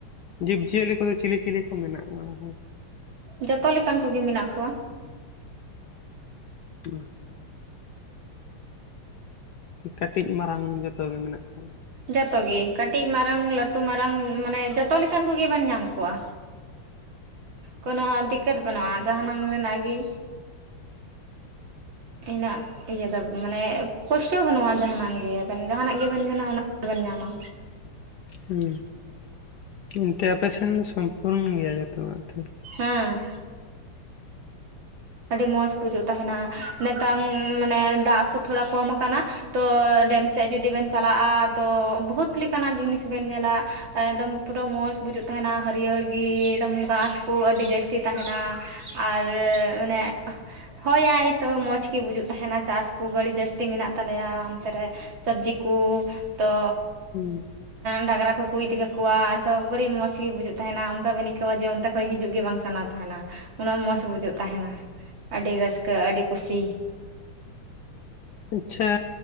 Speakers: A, on the left (about 60°); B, on the right (about 60°).
A: ᱡᱤᱵᱽ ᱡᱤᱭᱟᱹᱞᱤ ᱠᱚᱫᱚ ᱪᱤᱞᱤ ᱪᱤᱞᱤ ᱠᱚ ᱢᱮᱱᱟᱜ ᱵᱟᱲᱟ ᱠᱚᱣᱟ
B: ᱡᱚᱛᱚ ᱞᱮᱠᱟᱱ ᱠᱚᱜᱮ ᱢᱮᱱᱟᱜ ᱠᱚᱣᱟ
A: <unintelligible> ᱠᱟᱹᱴᱤᱡ ᱢᱟᱨᱟᱝ ᱡᱚᱛᱚ ᱜᱮ ᱢᱮᱱᱟᱜ ᱠᱚᱣᱟ,
B: ᱡᱚᱛᱚ ᱜᱮ ᱠᱟᱹᱴᱤᱡ ᱢᱟᱨᱟᱝ ᱞᱟᱹᱴᱩ ᱢᱟᱨᱟᱝ ᱢᱟᱱᱮ ᱡᱚᱛᱚ ᱞᱮᱠᱟᱱ ᱠᱚᱜᱮ ᱵᱚᱱ ᱧᱟᱢ ᱠᱚᱣᱟ, ᱠᱳᱱᱳ ᱫᱤᱠᱠᱚᱛ ᱵᱟᱹᱱᱩᱜᱼᱟ ᱡᱟᱦᱟᱱᱟᱝ ᱨᱮᱱᱟᱜ ᱜᱮ ᱤᱱᱟᱹ ᱤᱭᱟᱹ ᱫᱚ ᱢᱟᱱᱮ ᱠᱚᱥᱴᱚ ᱵᱟᱹᱱᱩᱜᱼᱟ ᱡᱟᱦᱟᱱᱟᱱᱟᱜ ᱜᱮ ᱟᱵᱮᱱ ᱡᱟᱦᱟᱱᱟᱜ ᱜᱮᱵᱮᱱ ᱢᱮᱱᱟ ᱚᱱᱟ ᱜᱮᱵᱮᱱ ᱧᱟᱢᱟ
A: ᱦᱮᱸ ᱮᱱᱛᱮ ᱟᱯᱮᱥᱱ ᱫᱚ ᱥᱚᱢᱯᱩᱨᱱ ᱜᱮᱭᱟ ᱡᱚᱛᱚᱣᱟᱜ ᱛᱮ
B: ᱦᱮᱸ ᱟᱹᱰᱤ ᱢᱚᱸᱡᱽ ᱵᱩᱡᱟᱹᱜ ᱛᱟᱦᱮᱱᱟ ᱱᱮᱛᱟᱨ ᱢᱟᱱᱮ ᱫᱟᱜ ᱠᱚ ᱛᱷᱚᱲᱟ ᱠᱚᱢ ᱟᱠᱟᱱᱟ ᱛᱚ ᱰᱮᱢ ᱥᱮᱫ ᱡᱩᱫᱤ ᱵᱮᱱ ᱪᱟᱞᱟᱜᱼᱟ ᱛᱚ ᱵᱚᱦᱩᱛ ᱞᱮᱠᱟᱱᱟᱜ ᱡᱤᱱᱤᱥ ᱵᱮᱱ ᱧᱮᱞᱟ ᱮᱠᱫᱚᱢ ᱯᱩᱨᱟᱹ ᱢᱚᱸᱡᱽ ᱵᱩᱡᱩᱜ ᱛᱟᱦᱮᱱᱟ ᱦᱟᱹᱨᱭᱟᱹᱲ ᱜᱮ ᱮᱠᱫᱚᱢ ᱜᱷᱟᱥ ᱠᱚ ᱟᱹᱰᱤ ᱡᱟᱹᱥᱛᱤ ᱛᱟᱦᱮᱱᱟ ᱟᱨ ᱚᱱᱮ ᱦᱳᱭᱟᱭ ᱛᱚ ᱢᱚᱸᱡᱽᱜᱤ ᱵᱩᱡᱩᱜ ᱛᱟᱦᱮᱱᱟ ᱪᱟᱥᱠᱩ ᱵᱟᱹᱲᱤᱡ ᱡᱟᱹᱥᱛᱤ ᱢᱮᱱᱟᱜ ᱛᱟᱞᱮᱭᱟ ᱚᱱᱛᱮᱨᱮ ᱥᱚᱵᱽᱡᱤ ᱠᱚ ᱛᱚ
A: ᱦᱮᱸ
B: ᱰᱟᱝᱨᱟ ᱠᱚᱠᱚ ᱤᱫᱤ ᱠᱟᱠᱚᱣᱟ ᱟᱫᱚ ᱵᱟᱹᱲᱤᱡ ᱢᱚᱸᱡᱽ ᱜᱮ ᱵᱩᱡᱩᱜ ᱛᱟᱦᱮᱱᱟ ᱚᱱᱠᱟ ᱵᱮᱱ ᱟᱹᱭᱠᱟᱹᱣᱟ ᱡᱮ ᱚᱱᱛᱮ ᱠᱷᱚᱡ ᱦᱤᱡᱩᱜ ᱜᱮ ᱵᱟᱝ ᱥᱟᱱᱟ ᱛᱟᱦᱮᱱᱟ ᱩᱱᱟᱹᱜ ᱢᱚᱸᱡᱽ ᱵᱩᱡᱩᱜ ᱛᱟᱦᱮᱱᱟ ᱟᱹᱰᱤ ᱨᱟᱹᱥᱠᱟᱹ ᱟᱹᱰᱤ ᱠᱩᱥᱤ
A: ᱟᱪᱪᱷᱟ